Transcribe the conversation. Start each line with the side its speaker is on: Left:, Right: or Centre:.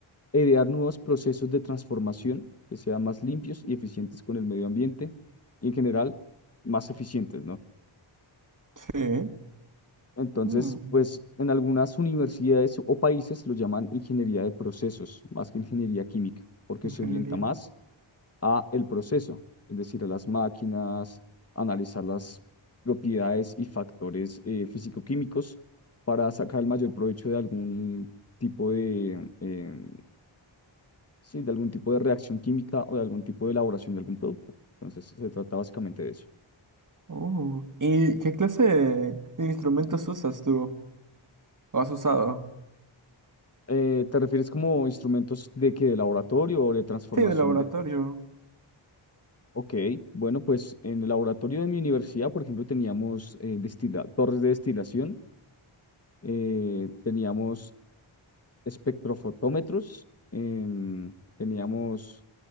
Left: e idear nuevos procesos de transformación que sean más limpios y eficientes con el medio ambiente y en general más eficientes, ¿no?
Right: sí,
Left: Entonces,
Right: mm,
Left: pues en algunas universidades o países lo llaman ingeniería de procesos, más que ingeniería química, porque
Right: ingeniería,
Left: se orienta más a el proceso, es decir, a las máquinas, analizar las propiedades y factores eh, físico-químicos para sacar el mayor provecho de algún tipo de eh, sí, de algún tipo de reacción química o de algún tipo de elaboración de algún producto. Entonces, se trata básicamente de eso.
Right: oh. ¿Y qué clase de instrumentos usas tú, o has usado?
Left: Eh, ¿te refieres como instrumentos de que de laboratorio o de transformación
Right: Sí, de laboratorio.
Left: de... Ok, bueno, pues en el laboratorio de mi universidad, por ejemplo, teníamos eh, destila- torres de destilación, eh, teníamos espectrofotómetros, em, teníamos